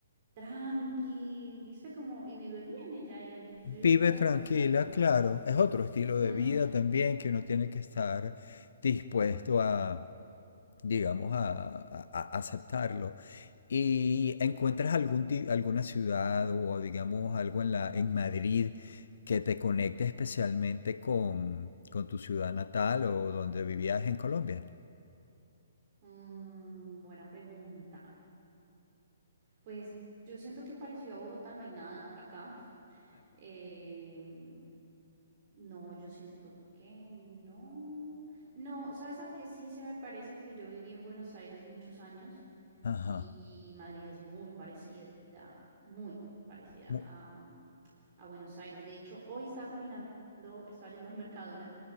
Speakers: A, on the right; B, on the left.
A: tranqui, viste como, y vive bien ella. Y entonces
B: Vive
A: yo digo,
B: tranquila,
A: pues, a-
B: claro. Es otro estilo de
A: mm,
B: vida también que uno tiene que estar dispuesto a, digamos, a, a- a aceptarlo. Y encuentras algún, ti- alguna ciudad o, digamos, algo en la, en Madrid que te conecte especialmente con, con tu ciudad natal o donde vivías en Colombia.
A: mm, buena pregunta. Pues yo siento que parecido a Bogotá no hay nada acá. Em, no, yo siento que no. No, ¿sabes a qué sí se me parece? Porque yo viví en Buenos Aires muchos años.
B: Ajá.
A: y, y Madrid es muy parecida, muy parecida
B: Mu-
A: a, mm, a Buenos Aires. De hecho, hoy estaba caminando, estaba yendo al Mercadona